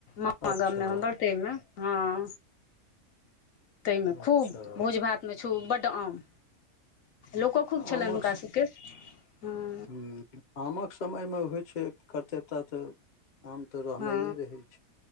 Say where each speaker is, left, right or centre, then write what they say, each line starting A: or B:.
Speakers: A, on the left (about 70°); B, on the left (about 45°).
A: मामा
B: अच्छा
A: गाममे हम बर ताहिमे हाँ ताहिमे
B: अच्छा
A: खूब भोज भातमे छौ बड आम लोको खूब छलनि
B: आमक
A: हुनका सभके हँ
B: हूँ आमक समयमे होइ छै कतेटा तऽ आम तऽ रहनाइए
A: हँ
B: रहै छै